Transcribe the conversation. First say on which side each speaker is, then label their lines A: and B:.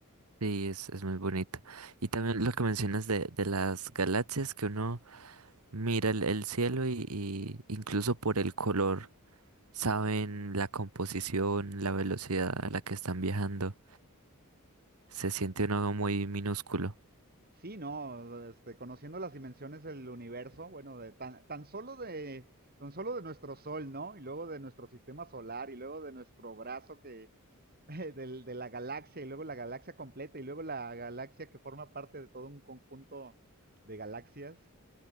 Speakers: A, on the right; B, on the right.
A: sí es, es muy bonita. Y también lo que mencionas de, de las galaxias, que uno mira el, el cielo y, y incluso por el color saben la composición, la velocidad a la que están viajando. Se siente uno muy minúsculo.
B: Sí, no, este, conociendo las dimensiones del universo, bueno, de tan, tan solo de tan solo de nuestro sol, ¿no? Y luego de nuestro sistema solar y luego de nuestro brazo que <laughs> del- de, la galaxia y luego la galaxia completa y luego la galaxia que forma parte de todo un conjunto de galaxias.